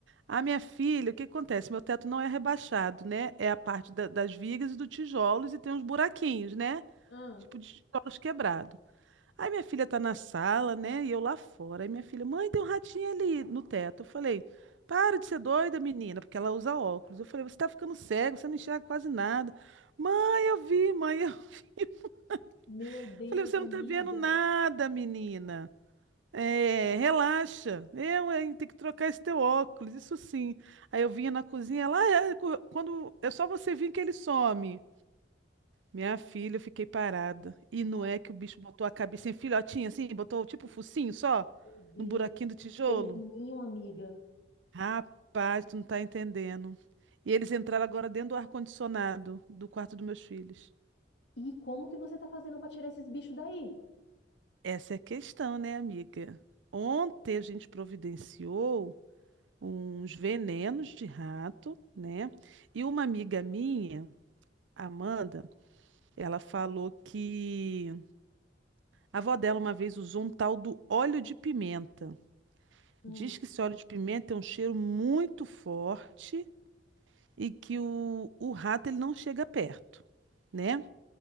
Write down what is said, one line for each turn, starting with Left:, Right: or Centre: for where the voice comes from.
Right: A minha filha, o que acontece? Meu teto não é rebaixado, né? É a parte da- das vigas e dos tijolos e tem uns buraquinhos, né?
Left: Ah,
Right: Tipo de tijolos quebrados. Aí minha filha tá na sala, né? E eu lá fora. Aí minha filha, mãe, tem um ratinho ali no teto. Eu falei, para de ser doida, menina, porque ela usa óculos. Eu falei, você tá ficando cego, você não enxerga quase nada. Mãe, eu vi, mãe, eu vi. <laughs>
Left: meu Deus,
Right: Eu Falei, você
Left: amiga.
Right: não tá vendo nada, menina. É, relaxa. Eu, hein, tenho que trocar esse teu óculos, isso sim. Aí eu vinha na cozinha lá, é, cu- quando é só você vir que ele some. Minha filha, eu fiquei parada. E não
Left: Ah,
Right: é que o bicho botou a cabecinha filhotinha assim, botou tipo o focinho só
Left: meu Deus.
Right: no buraquinho do tijolo?
Left: Fez ninho, amiga.
Right: Rapaz, tu não tá entendendo. E eles entraram agora dentro do ar-condicionado do quarto dos meus filhos.
Left: E como que você tá fazendo pra tirar esses bichos daí?
Right: Essa é a questão, né, amiga? Ontem a gente providenciou uns venenos de rato, né? E uma amiga minha, Amanda, ela falou que a avó dela uma vez usou um tal do óleo de pimenta.
Left: Hum,
Right: Diz que esse óleo de pimenta tem um cheiro muito forte e que o, o rato ele não chega perto, né?